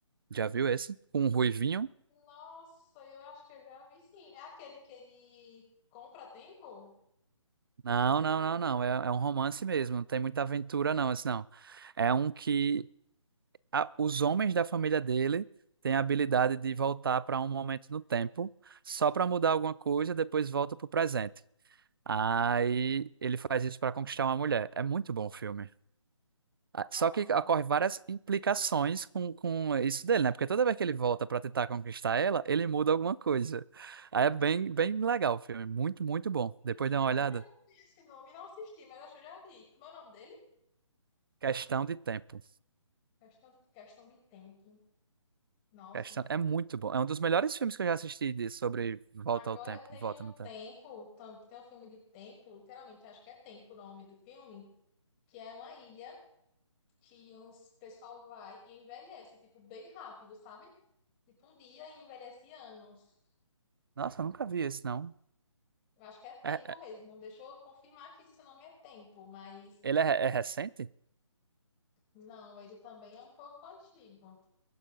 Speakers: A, on the right; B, on the left.
A: Já viu esse? Com um ruivinho?
B: Nossa, eu acho que eu já ouvi sim. É aquele que ele compra a tempo?
A: Não, não, não, não. É, é um romance mesmo. Não tem muita aventura, não. Esse não. É um que a- os homens da família dele têm a habilidade de voltar para um momento no tempo, só para mudar alguma coisa, depois volta para o presente. Aí ele faz isso para conquistar uma mulher. É muito bom o filme. Ah, Só
B: Nossa,
A: que ocorre várias implicações com, com isso dele, né? Porque toda vez que ele volta para tentar conquistar ela, ele muda alguma coisa. Aí é bem, bem legal o filme. Muito, muito bom.
B: eu
A: Depois
B: acho
A: dá
B: que
A: uma
B: eu
A: olhada.
B: já ouvi esse nome. Não assisti, mas acho que eu já vi. Como é o nome dele?
A: Questão de tempo.
B: Questão de, questão de tempo. Nossa.
A: Questão... É muito bom. É um dos melhores filmes que eu já assisti de... sobre volta
B: Agora
A: ao tempo,
B: tem
A: volta
B: um
A: no tempo.
B: tempo, tam- tem um filme de tempo, literalmente, acho que é tempo o nome do filme, que é uma ilha. que uns pessoal vai e envelhece, tipo, bem rápido, sabe? Tipo, um dia e envelhece anos.
A: Nossa, eu nunca vi esse, não.
B: Eu acho que é tempo
A: É- é-
B: mesmo. Deixa eu confirmar que isso não é tempo, mas
A: ele é, é recente?
B: não, ele também é um pouco antigo.